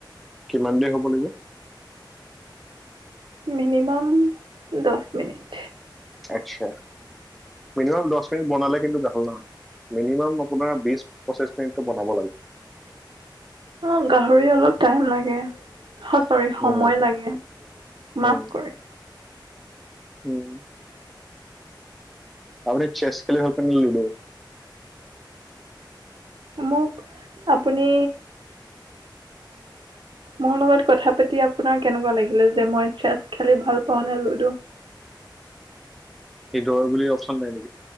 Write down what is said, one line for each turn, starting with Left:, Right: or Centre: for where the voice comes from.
Centre: কিমান দেৰি হ'ব লাগিব?
Right: মিনিমাম দচ মিনিট।
Centre: আতচ্ছা মিনিমাম দচ মিনিট বনালে কিন্তু ভাল নহয়, মিনিমাম আপোনাৰ বিচ, পঁচিশ মিনিটতো বনাব লাগে
Right: অ', গাহৰি অলপ টাইম লাগে। হ, চৰি সময়
Centre: উম
Right: লাগে মাফ
Centre: উম
Right: কৰি
Centre: উম। আপুনি চেছ খেলি ভাল পায় নে লুডো?
Right: মোক আপুনি মোৰ লগত কথা পাতি আপোনাৰ কেনেকুৱা লাগিলে যে মই চেছ খেলি ভাল পাওঁ নে লুডো?
Centre: সেতো হয় বুলি অপচন নাই নেকি